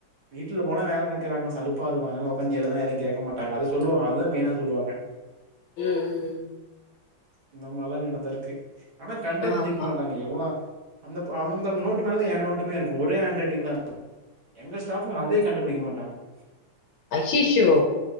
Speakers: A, on the right; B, on the left.
A: வீட்டுல போனா வேலை வைக்கிறாங்க சலுப் பா இருக்கு அதனால உக்காந்து எழுத எதையு கேக்க மாட்டாங்க அத சொல்லுவாங்க அதுதா மெயினா சொல்லுவாங்க
B: ம் ம்
A: இந்தமாரில்லா நடந்து இருக்கு ஆனா கண்டே புடிக்க
B: ஆமா
A: மாட்டாங்க எவ் போலா அந்த அவங்க நோட்டு மேல என் நோட்டுமே இருக்கும் ஒரே ஹேண்ட் ரைட்டிங்தா <unintelligible> எங்க ஸ்டாபுங்க அதே கண்டுபிடிக்க மாட்டாங்க <inaudible>
B: ஐயையோ